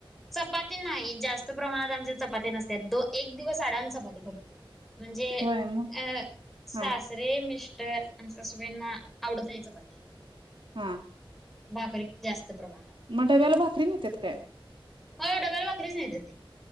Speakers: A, in the centre; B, on the right.
A: चपाती नाही जास्त प्रमाणात आमचे चपाती नसत्या, एक दिवस अडान चपाती. म्हणजे
B: होय मग
A: अ सास
B: हा
A: रे मिस्टर आमचा सासूबाईंना आवडत नाही चपाती.
B: हा!
A: भाकरी जास्त प्रमाणात-
B: मग डब्याला भाकरी नेत्यात काय?
A: होय डब्याला भाकरीच नेत्यात.